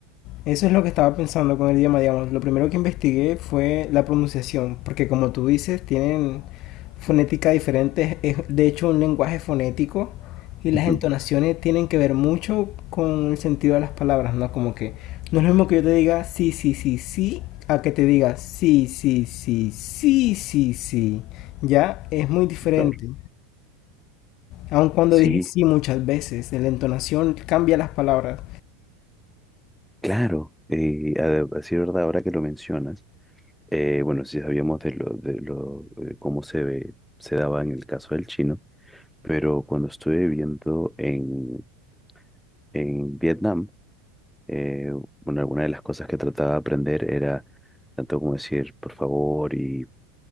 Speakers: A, on the left; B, in the centre.
A: Eso es lo que estaba pensando con el idioma, digamos. Lo primero que investigué fue la pronunciación, porque como tú dices, tienen fonética diferente, es de hecho un lenguaje fonético y las
B: Ujú,
A: entonaciones tienen que ver mucho con el sentido de las palabras, ¿no? Como que no es lo mismo que yo te diga sí, sí, sí, sí, a que te diga sí, sí, sí, sí, sí, sí. Ya es muy diferente.
B: Claro.
A: Aun cuando
B: Sí,
A: dije sí muchas veces, la entonación cambia las palabras.
B: claro. eh, a, a decir verdad, ahora que lo mencionas. Eh, bueno, sí sabíamos de lo, de lo, de cómo se ve, se daba en el caso del chino, pero cuando estuve viviendo en, en Vietnam, eh, bueno, alguna de las cosas que trataba de aprender era tanto como decir por favor y,